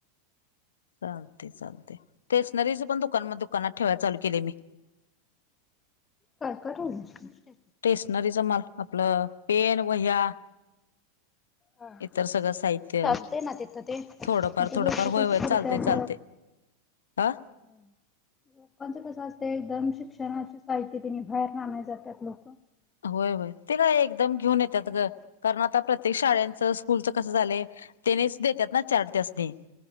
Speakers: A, on the left; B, on the left.
A: चालतय चालतय. स्टेशनरी च पण दुकानात ठेवायला चालू केले मी.
B: काय काय ठेवता.
A: स्टेशनरीचा माल आपलं पेन, वह्या
B: हा
A: इतर सगळं साहित्य
B: चालतंय ना तिथं ते.
A: थोडंफार
B: आता
A: थोडंफार
B: लोक
A: होय
B: कशी
A: होय
B: करत्यात
A: चालते चालते. हा.
B: <unintelligible> लोकांचं कसं असतंय एकदम शिक्षणाची साहित्य त्यांनी बाहेरणं आणाय जात्यात लोकं.
A: होय होय. ते काय एकदम घेऊन येत्यात गं कारण आता प्रत्येक त्येक शाळेचं स्कूलच कसं झालंय तेनीच देत्यात ना चार्ट त्यासनी